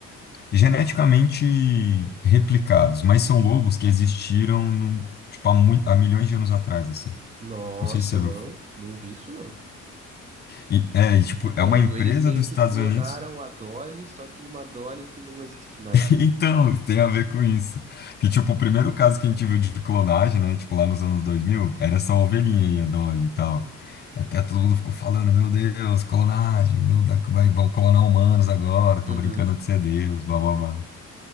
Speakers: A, on the left (about 35°); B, on the right (about 25°).
A: Geneticamente replicados, mas são lobos que existiram num- tipo, há, mui- há milhões de anos atrás, assim.
B: Nossa,
A: Não sei se você
B: não.
A: viu.
B: Não vi isso, não.
A: E, é, e, tipo,
B: Tipo,
A: é uma empresa
B: eles meio
A: dos
B: que
A: Estados
B: clonaram
A: Unidos
B: a Dolly, só que uma Dolly que não existe mais.
A: <laughs> Então, tem a ver com isso. Que, tipo, o primeiro caso que a gente viu de clonagem, né? Tipo, lá nos anos 2000 era essa ovelhinha aí, a Dolly e tal. Até todo mundo ficou falando, meu Deus, clonagem, meu, da- vai, vão clonar humanos agora, tô
B: Uhum.
A: brincando de ser Deus, blá, blá, blá.